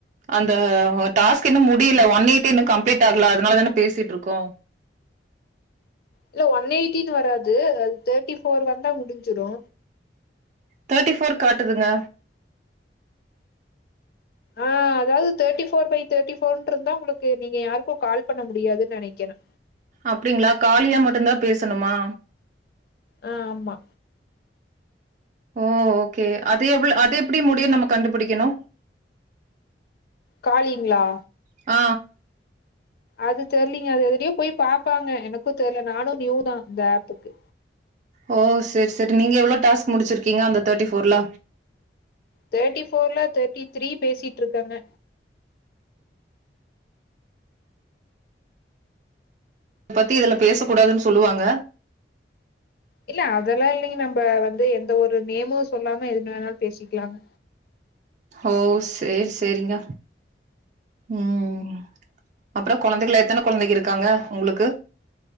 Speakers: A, on the right; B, on the left.
A: அந்த டாஸ்க் இன்னு முடியல ஒன் எய்ட்டி இன்னு கம்ப்ளீட் ஆகல அதனால தான பேசிட்ருக்கோ
B: இல்ல ஒன் எயிட்டின்னு வராது அது தேர்ட்டி போர் வந்தா முடிஞ்சுறு
A: தேர்ட்டி ஃபோர் காட்டுதுங்க
B: ஆ அதாவது தேர்ட்டி ஃபோர் பை தேர்ட்டி போர்ருந்தா உங்களுக்கு நீங்க யாருக்கு கால் பண்ண முடியாதுன்னு நெனைக்கிறே
A: அப்டிங்களா காலியா மட்டுந்தா பேசணுமா
B: அ ஆமா
A: ஓ ஓகே அது எவ்ளோ அது எப்டி முடியுனு நம்ம கண்டுபிடிக்கணு
B: காலிங்ளா
A: ஆ
B: அது தெரிலிங்க அது எதுலயோ போய் பாப்பாங்க எனக்கு தெரில நானு நியூ தா இந்த ஆப்புக்கு
A: ஓ சேரி சேரி நீங்க எவ்ளோ டாஸ்க் முடிச்சிருக்கீங்க அந்த தேர்ட்டி ஃபோர்ல
B: தேர்ட்டி ஃபோர்ல தேர்ட்டி த்ரீ பேசிட்டுருக்கேங்க
A: இதபத்தி இதுல பேச கூடாதுன்னு சொல்லுவாங்க
B: இல்ல அதுல்லா இல்லைங்க நம்ம வந்து எந்த ஒரு நேமு சொல்லாம எதுன வேணாலு பேசிக்கலாங்க
A: ஓ சேரி சேரிங்க ம் அப்புறோ கொழந்தைகுள எத்தன கொழந்தைங்க இருக்காங்க உங்குளுக்கு